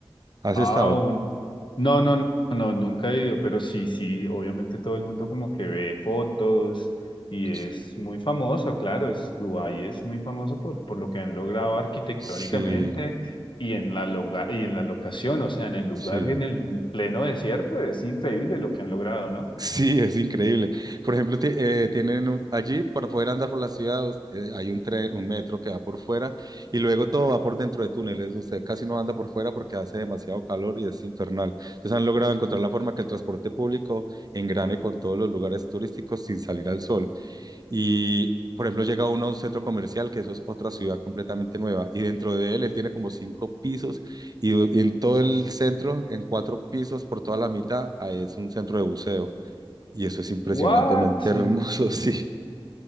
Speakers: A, on the right; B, on the left.
A: ¿Has
B: Ah,
A: estado?
B: un- No, no, no, no, nunca he ido, pero sí, sí, obviamente todo el mundo como que ve fotos y es
A: Sí,
B: muy famoso, claro, es Dubái es muy famoso por, por lo que han logrado arquitectónicamente
A: sí.
B: y en la loga- y en la locación, o sea, en el lugar,
A: sí.
B: en el pleno desierto, es increíble lo que han logrado, ¿no?
A: Sí, es increíble. Por ejemplo, ti- eh, tienen un- allí para poder andar por la ciudad, us- eh, hay un tren, un metro que va por fuera y luego todo va por dentro de túneles. Usted casi no anda por fuera porque hace demasiado calor y es infernal. Entonces han logrado encontrar la forma que el transporte público engrane con todos los lugares turísticos sin salir al sol. Y, por ejemplo, llega uno a un centro comercial, que eso es otra ciudad completamente nueva, y dentro de él, él tiene como cinco pisos y, y en todo el centro, en cuatro pisos, por toda la mitad, ah, es un centro de buceo. Y eso es impresionantemente
B: What?
A: hermoso,
B: In-
A: <laughs> sí,